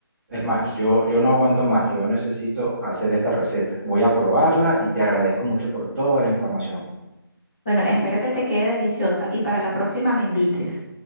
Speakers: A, in the centre; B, on the left.
A: es más, yo, yo no aguanto más, yo necesito hacer esta receta. Voy a probarla y te agradezco mucho por toda la información.
B: Bueno, espero que te quede deliciosa y para la próxima me invites.